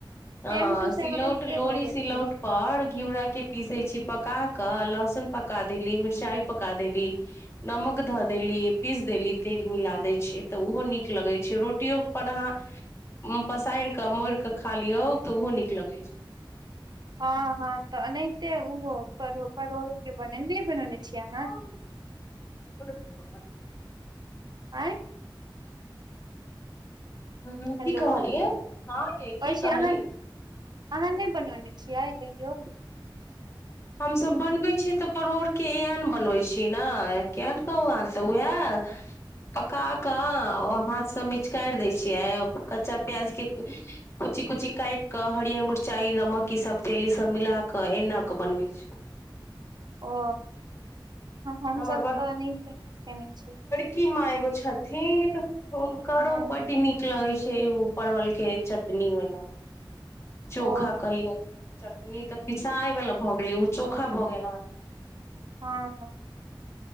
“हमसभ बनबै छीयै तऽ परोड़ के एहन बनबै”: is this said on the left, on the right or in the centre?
Left